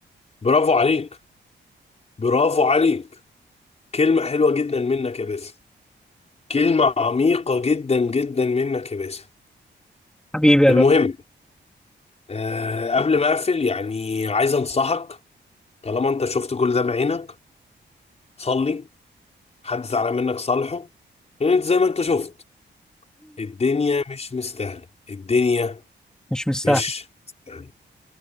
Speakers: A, on the left; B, in the centre.
A: برافو عليك برافو عليك كلمة حلوة جدا منك يا باسم كلمة عميقة جدا جدا منك يا باسم
B: حبيبي يا
A: المهم
B: لؤي
A: آه قبل ما أقفل يعني عايز أنصحك طالما أنت شفت كل ده بعينك صلي حد زعلان منك صالحه لأن أنت زي ما أنت شفت الدنيا مش مستاهلة الدنيا
B: مش مستاهل
A: مش مستاهلة